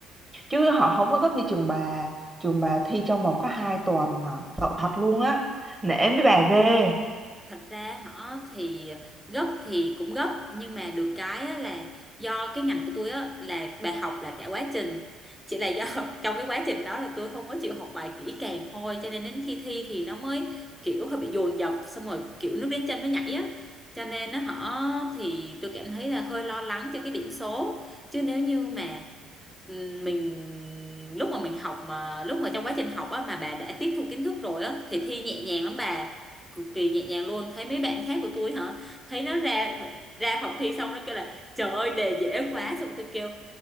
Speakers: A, on the right; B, in the centre.
A: chứ họ không có gấp như trường bà trường bà thi trong vòng có hai tuần à. sợ thật luôn á nể mấy bà ghê
B: thật ra họ thì gấp thì cũng gấp nhưng mà được cái á là do cái ngành của tôi á là bài học là cả quá trình chỉ là do <laughs> trong cái quá trình đó là tôi không có chịu học bài kỹ càng thôi cho nên đến khi thi thì nó mới kiểu hơi bị dồn dập xong rồi kiểu nước đến chân nó nhảy á cho nên nó họ thì tôi cảm thấy là hơi lo lắng cho cái điểm số chứ nếu như mà ừm, mình lúc mà mình học mà lúc mà trong quá trình học á mà bà đã tiếp thu kiến thức rồi á thì thi nhẹ nhàng lắm bà cực kỳ nhẹ nhàng luôn thấy mấy bạn khác của tôi hả thấy nó ra ra phòng thi xong nó kêu là trời ơi đề dễ quá xong tôi kêu